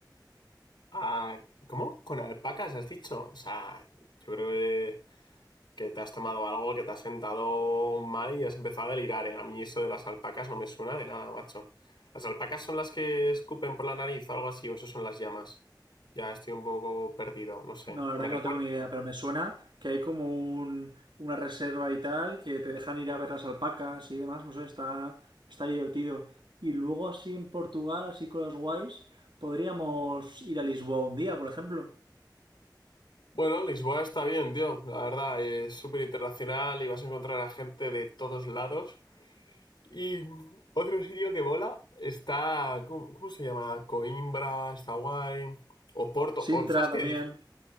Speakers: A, on the left; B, on the right.
A: Ah, ¿Cómo? ¿Con alpacas has dicho? O sea, yo creo que, que te has tomado algo, que te has sentado mal y has empezado a delirar, ¿eh? A mí eso de las alpacas no me suena de nada, macho. ¿Las alpacas son las que escupen por la nariz o algo así? ¿O eso son las llamas? Ya estoy un poco perdido, no sé.
B: No, la verdad
A: ¿Me
B: que
A: recuerdas?
B: no tengo ni idea, pero me suena que hay como un- una reserva y tal, que te dejan ir a ver las alpacas y demás, no sé, está, está divertido. Y luego así en Portugal, así con los guays, podríamos ir a Lisboa un día, por ejemplo.
A: Bueno, Lisboa está bien, tío. La verdad, es súper internacional y vas a encontrar a gente de todos lados. Y otro sitio que bola está, ¿cómo, cómo se llama? Coimbra, está guay. Oporto.
B: Sintra
A: O, ¿sabes, qué,
B: también.
A: di-